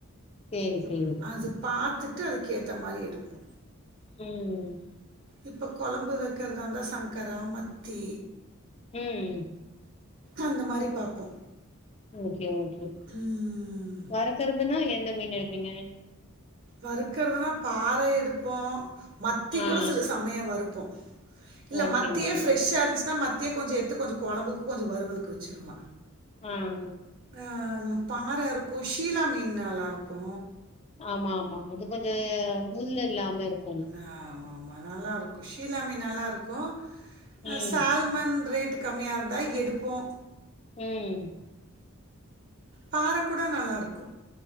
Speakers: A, on the left; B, on the right.
A: சேரி
B: ம்
A: சேரி ஓகே
B: அது பாத்துட்டு அதுக்கேத்த மாரி எடுப்போ
A: ம்
B: இப்ப கொழம்பு வெக்றதா இருந்தா சங்கரா மத்தி
A: ம்
B: அந்த மாரி பாப்போ
A: ஓகே ஓகே
B: ம்
A: வருக்றதுனா எந்த மீன் எடுப்பீங்க
B: வறுக்றதுனா பாற எடுப்போ மத்தி
A: ஆ
B: கூட சில சமயோ வருப்போ இல்ல
A: வறுப்பீங்க
B: மத்தியே ஃபிரெஷ்ஷா இருந்துச்சுன்னா மத் தியே கொஞ்ச எடுத்து கொஞ்ச கொழம்புக்கு கொஞ்ச வறுவலுக்கு வச்சிருவ
A: ஆ
B: அ பாற இருக்கு ஷீலா மீன் நல்லாருக்கு
A: ஆமா ஆமா இது கொஞ்ச முள் இல்லாம இருக்
B: அ ஆமா ஆமா நல்லாருக்கு ஷீலா மீன் நல்லாருக்கு அ
A: ம்
B: சால்மன் ரேட் கம்மியா இருந்தா எடுப்போ
A: ம்
B: பாற கூட நல்லாருக்கு